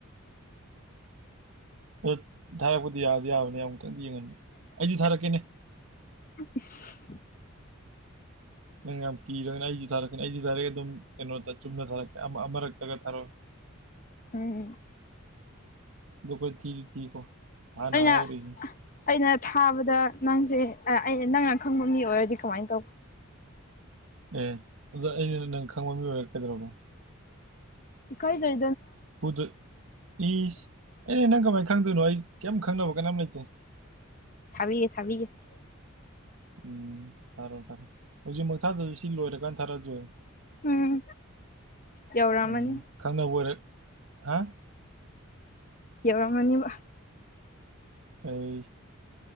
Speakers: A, on the right; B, on the left.
A: ꯑꯥ ꯊꯥꯔꯄꯗꯤ ꯌꯥꯗꯤ ꯌꯥꯕꯅꯦ ꯌꯥꯝ <unintelligible> ꯑꯩꯁꯨ ꯊꯥꯔꯛꯀꯦꯅꯦ
B: ꯏꯁ
A: ꯅꯪ ꯌꯥꯝ ꯀꯤꯔꯒꯅ ꯑꯩꯁꯨ ꯊꯥꯔꯛꯀꯅꯤ ꯑꯩꯁꯨ ꯗꯥꯏꯔꯦꯛ ꯑꯗꯨꯝ ꯀꯩꯅꯣꯗ ꯆꯨꯝꯅ ꯊꯥꯔꯛꯀꯦ ꯑꯃ ꯑꯃꯔꯛꯇꯒ ꯊꯥꯔꯛꯑꯣꯏ
B: ꯎꯝ
A: <unintelligible> ꯊꯤꯗꯤ ꯊꯤꯀꯣ ꯍꯥꯟꯅ
B: ꯑꯩꯅ
A: ꯍꯥꯏꯍꯧꯔꯤꯁꯤꯅꯤ
B: ꯑꯩꯅ ꯊꯥꯕꯗ ꯅꯪꯁꯦ ꯑ ꯑꯩꯅꯥ ꯅꯪꯅ ꯈꯪꯕ ꯃꯤ ꯑꯣꯏꯔꯗꯤ ꯀꯃꯥꯏ ꯇꯧꯕ
A: ꯑꯦ ꯑꯗꯨꯗꯣ ꯑꯩꯅ ꯅꯪ ꯈꯪꯕ ꯃꯤ ꯑꯣꯏꯔ ꯀꯩꯗꯧ ꯔꯒꯦ
B: ꯏꯀꯥꯏꯖ
A: ꯐꯨꯗꯣꯏ ꯏꯁ ꯑꯩꯅꯦ ꯅꯪ ꯀꯃꯥꯏ ꯈꯪꯗꯣꯏꯅꯣ ꯑꯩ ꯀꯩꯝ ꯈꯪꯅꯕ ꯀꯅꯥꯝ ꯂꯩꯇꯦ
B: ꯊꯥꯕꯤꯒꯦ ꯊꯥꯕꯤꯒꯦꯁꯦ
A: ꯎꯝ ꯊꯥꯔꯣ ꯊꯥꯔꯣ ꯍꯧꯖꯤꯃꯛ ꯊꯥꯗꯁꯨ ꯁꯤ ꯂꯣꯏꯔꯀꯥꯟ ꯊꯥꯔꯛꯑꯁꯨ ꯌꯥꯏ
B: ꯎꯝ ꯌꯧꯔꯛꯑꯃꯅꯤ
A: ꯎꯝ ꯈꯪꯅꯕ ꯑꯣꯏꯔꯦ ꯍꯥ
B: ꯌꯧꯔꯝꯃꯅꯤꯕ
A: ꯑꯩ